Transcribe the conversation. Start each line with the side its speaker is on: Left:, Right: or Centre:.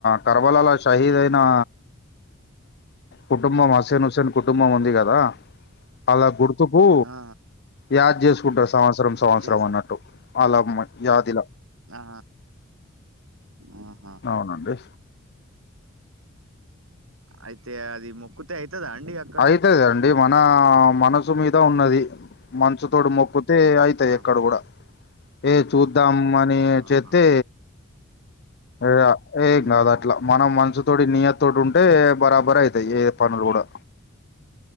Left: కరబలలో షహీద్ అయినా కుటుంబం అస్సేన్ హుస్సేన్ కుటుంబం ఉంది. కదా అలా గుర్తుకూ
Right: ఆ
Left: యాద్ చేసుకుంటారు. సంవత్సరం, సంవత్సరం,
Right: చేస్
Left: అన్నట్టు. అలామన్ యాదిలా
Right: ఆ ఆ
Left: అవునండి.
Right: అయితే అది మొక్కుతే అవుతదా అండి. అక్కడ
Left: అవుతుదండి. మన మనసు మీద ఉన్నది. మనస్సు తోటి మొక్కుతే ఐతే
Right: ఆహా
Left: ఇక్కడ కూడా ఏ చూద్దాం అని
Right: ఆహా
Left: చెప్తే ఏయ ఏ
Right: ఏం
Left: కాదా
Right: కాదు
Left: అట్లా, మనం మనసు తోటి నిీయ తోటి ఉంటే బరాబర అవుతాయ. ఏ పనులు కూడా